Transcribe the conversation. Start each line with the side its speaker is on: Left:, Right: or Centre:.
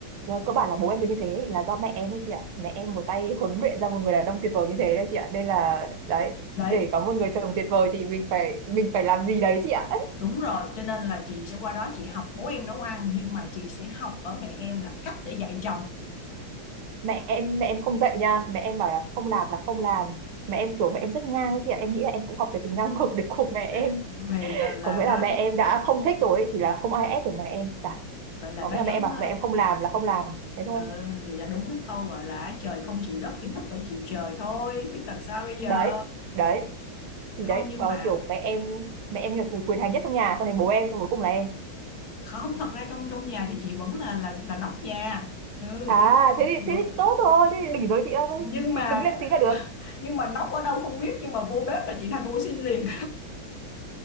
Right: Nhưng cơ bản là bố em được như thế là do mẹ em đấy chị ạ. Mẹ em một tay huấn luyện ra một người đàn ông tuyệt vời như thế đấy chị ạ. Nên là đấy,
Left: đấy
Right: để có một người chồng tuyệt vời thì mình phải mình phải làm gì đấy chị ạ.
Left: đúng rồi cho nên là chị sẽ qua đó chị học bố em nấu ăn nhưng mà chị sẽ học ở mẹ em là cách để dạy chồng
Right: mẹ em mẹ em không dạy nha mẹ em bảo là không làm là không làm mẹ em kiểu mẹ em rất ngang ấy chị ạ em nghĩ là em cũng học cái tính ngang ngược đấy của mẹ em
Left: <laughs> thì là, là
Right: có nghĩa là
Left: nó
Right: mẹ em đã không thích rồi ấy, thì là không ai ép được mẹ em cả
Left: vậy là
Right: có
Left: nó
Right: nghĩa là mẹ
Left: giống
Right: em bảo mẹ em không làm là không làm thế thôi
Left: ừ vậy là đúng cái câu gọi là trời không chịu đất thì đất phải chịu trời thôi biết làm sao bây giờ
Right: đấy đấy thì
Left: không
Right: đấy
Left: nhưng
Right: ờ,
Left: mà
Right: kiểu mẹ em mẹ em là người quyền hành nhất trong nhà xong này bố em xong cuối cùng là em
Left: không thật ra trong trong nhà thì chị vẫn là là là nóc nhà ừ
Right: à thế thì
Left: chị vẫn
Right: thế thì
Left: ừ,
Right: tốt thôi thế thì đỉnh rồi chị ơi
Left: nhưng mà
Right: chị cứng lên tí là được
Left: nhưng mà nóc ở đâu không biết nhưng mà vô bếp là chị thành ô xin liền